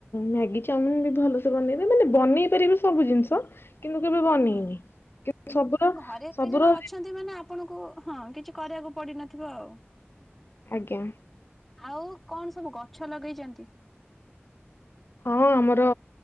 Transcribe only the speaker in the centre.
ହୁଁ
ଘରେ ଏତେ
ଜଣ ଅଛନ୍ତି ମାନେ ଆପଣଙ୍କୁ ହଁ କି କିଛି କରିବାକୁ ପଡିିନଥିବ ଆଉ।
ଆଉ କଣ ସବୁ ଗଛ ଲଗେଇଚନ୍ତି?